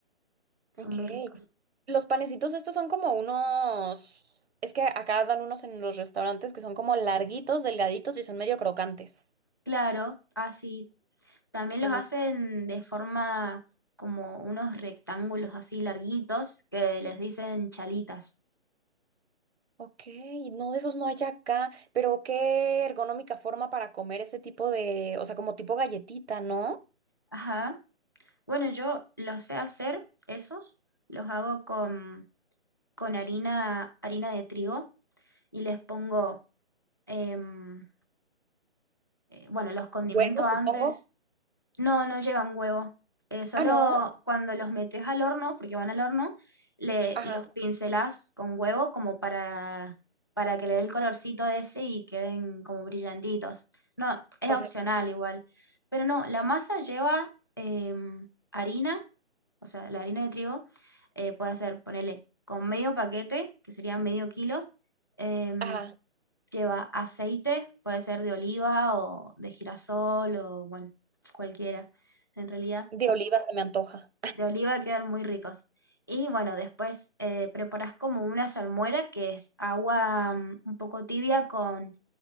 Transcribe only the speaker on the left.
<laughs> son
muy ricos.
Claro, así. También
los hacen de forma como unos rectángulos así larguitos que les dicen chalitas.
Ajá. Bueno, yo los sé hacer, esos, los hago con, con harina, harina de trigo y les pongo, em, eh, bueno, los condimento
antes,
no, no llevan huevo. Eh, solo
cuando los metes al horno, porque van al horno, le,
los pincelás con huevo como para, para que le dé el colorcito ese y queden como brillantitos. No, es
opcional igual. Pero no, la masa lleva em, harina, o sea, la harina de trigo, eh, puede ser, ponele, con medio paquete, que sería medio kilo. em,
lleva aceite, puede ser de oliva o de girasol o bueno cualquiera, en realidad,
de oliva quedan muy ricos. Y bueno, después eh, preparas como una salmuera, que es agua mm, un poco tibia con